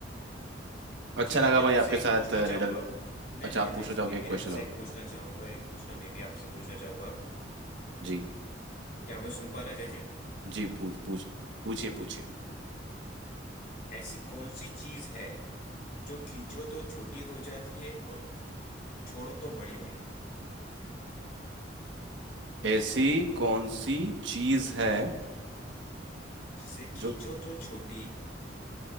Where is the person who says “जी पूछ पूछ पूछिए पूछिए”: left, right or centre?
Right